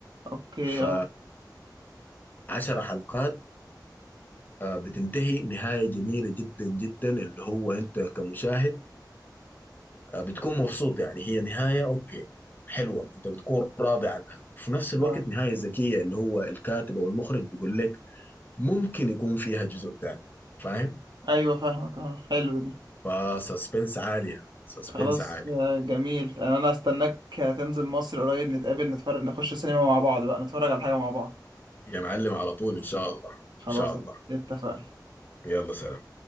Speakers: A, on the right; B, on the left.
A: اوكي
B: ف
A: اه
B: 10 حلقات آه، بتنتهي نهاية جميلة جدا جدا اللي هو انت كمشاهد آه، بتكون مبسوط يعني هي نهاية اوكي حلوة انت بتكون راضي عنها وفي نفس الوقت
A: اه
B: نهاية ذكية اللي هو الكاتب او المخرج بيقول لك ممكن يكون فيها جزء تاني فاهم
A: ايوه فاهمك اه حلو دي
B: فسسبنس عالي يعني، سسبنس
A: خلاص
B: عالي
A: آه، جميل انا انا استناك تنزل مصر قريب نتقابل نتفرج نخش سينما مع بعض بقى نتفرج على حاجة مع بعض
B: يا معلم على طول ان شاء الله ان
A: خلاص
B: شاء الله
A: اتفقنا
B: يلا سلام